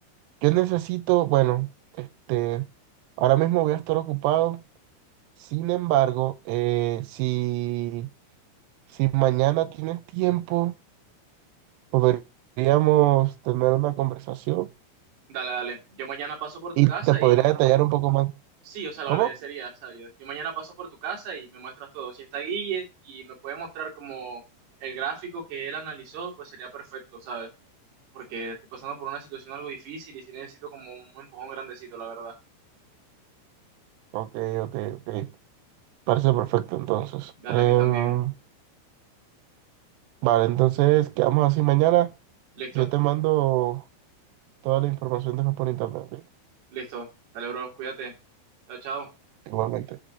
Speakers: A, on the right; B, on the right.
A: Yo necesito, bueno, este, ahora mismo voy a estar ocupado. Sin embargo, eh, si, si mañana tienes tiempo. Podríamos tener una conversación
B: Dale, dale. Yo mañana paso por tu
A: y
B: casa
A: te podría
B: y
A: detallar un poco más.
B: sí, o sea, lo
A: ¿Cómo?
B: agradecería, ¿sabes? Yo yo mañana paso por tu casa y me muestras todo. Si está Guille y me puede mostrar como el gráfico que él analizó, pues sería perfecto, ¿sabes? porque estoy pasando por una situación algo difícil y sí necesito como un empujón grandecito, la verdad.
A: Ok, ok, ok. Parece perfecto entonces.
B: Dale
A: Em,
B: a mí también.
A: vale, entonces quedamos así mañana.
B: Listo,
A: Yo te mando toda la información después por internet, ¿ok?
B: listo. Dale, bro, cuídate. Chao, chao.
A: Igualmente.